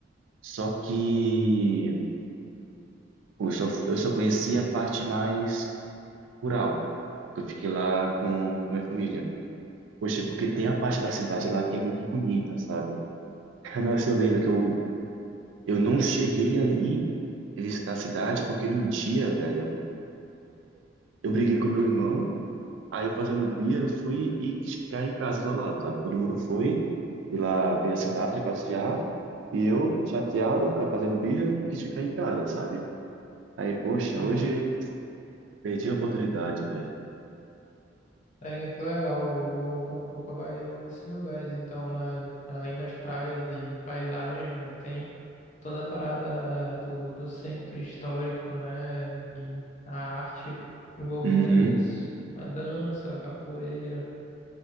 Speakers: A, on the right; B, on the left.
A: só que eu só, eu só conheci a parte mais rural, que eu fiquei lá com, com minha família. Poxa, porque tem a parte da cidade lá que é muito bonita, sabe? <laughs> Nossa, eu lembro que eu Eu não cheguei aí visitar a cidade porque no dia, velho, eu briguei com meu irmão, aí fazendo birra, eu fui e quis ficar em casa isolado, sabe? Todo mundo foi ir lá ver a cidade, passear, e eu, chateado, ficar fazendo birra, quis ficar em casa, sabe? Aí, poxa,
B: Uhum.
A: hoje perdi a oportunidade, velho.
B: É, que legal. Eu Vou, quando eu for pra Bahia, eu vou pra esses lugares. Então, né, além das praias e paisagem, ainda tem toda a parada do, do centro histórico, né? E a arte envolvida
A: Uhum.
B: nisso. A dança, a capoeira.